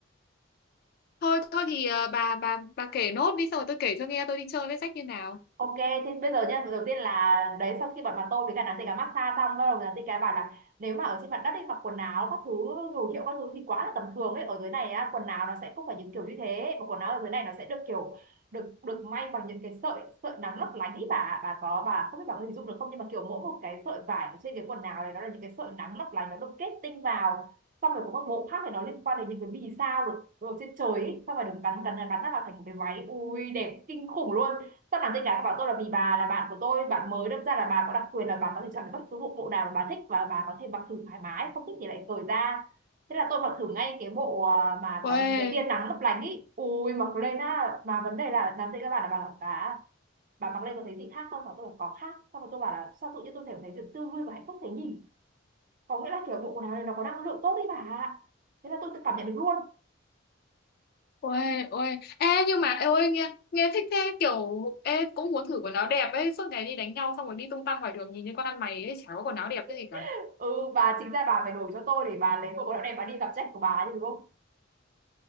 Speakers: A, on the left; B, on the right.
A: thôi thôi thì ờ, bà bà bà kể nốt đi xong rồi tôi kể cho nghe tôi đi chơi với rách như nào
B: Ok, thế bây giờ nhá, đầu tiên là đấy sau khi bọn bà tôi với cả nàng tây cá massage xong bắt đầu nàng tây cá bảo là nếu mà ở trên mặt đất ấy mặc quần áo các thứ đồ hiệu các thứ thì quá là tầm thường ấy ở dưới này á, quần áo nó sẽ không phải những kiểu như thế mà quần áo ở dưới này nó sẽ được kiểu được được may bằng những cái sợi sợi nắng lấp lánh ấy bà bà có bà không biết bà có hình dung được không nhưng mà kiểu mỗi một cái sợi vải ở trên cái quần áo này nó là những cái sợi nắng lấp lánh nó được kết tinh vào xong rồi có một bộ khác thì nó liên quan đến những cái vì sao được, được trên trời ấy. xong rồi được gắn gắn gắn nó vào thành một cái váy ui đẹp kinh khủng luôn không làm gì cả bảo tôi là vì bà là bạn của tôi bạn mới đâm ra là bà có đặc quyền là bà có thể chọn được bất cứ bộ bộ nào mà bà thích và bà có thể mặc thử thoải mái không thích thì lại cởi ra thế là tôi mặc thử ngay cái bộ à, mà
A: Uầy
B: có những cái tia nắng lấp lánh ý ui mặc lên á mà vấn đề là làm gì các bạn là bà bảo bà bà mặc lên có thấy gì khác không và tôi bảo có khác xong rồi tôi bảo là sao tự nhiên tôi thể thấy được tươi vui và hạnh phúc thế nhỉ có nghĩa là kiểu bộ quần áo này nó có năng lượng tốt đấy bà ạ. thế là tôi tự cảm nhận được luôn
A: Ôi, ôi, ê nhưng mà ê, ôi nghe nghe thích thế kiểu ê cũng muốn thử quần áo đẹp ấy suốt ngày đi đánh nhau xong rồi đi tung tăng ngoài đường nhìn như con ăn mày ấy chả có quần áo đẹp cái gì
B: <laughs>
A: cả
B: ừ bà chính ra bà phải đổi cho tôi để bà lấy bộ quần áo này bà đi gặp sếp của bà chứ đúng không